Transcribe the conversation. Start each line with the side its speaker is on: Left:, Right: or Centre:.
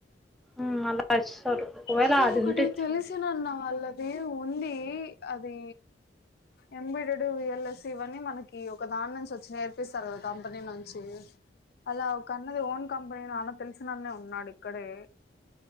Centre: ఉమ్ అలా ఇస్తారు. ఒకవేళ
Left: అది ఒకటి
Centre: ఉంటే
Left: తెలిసినన్న
Centre: చూడు
Left: వాళ్ళది ఉంది. అది ఎంబయిడెడు, విఎల్ఎస్ ఇవన్నీ మనకి ఒక దాని నుంచి వచ్చి నేర్పిస్తారు కదా కంపెనీ నుంచి. అలా ఒక అన్నది ఓన్ కంపెనీను అన్న తెలిసినన్న ఉన్నాడు ఇక్కడే.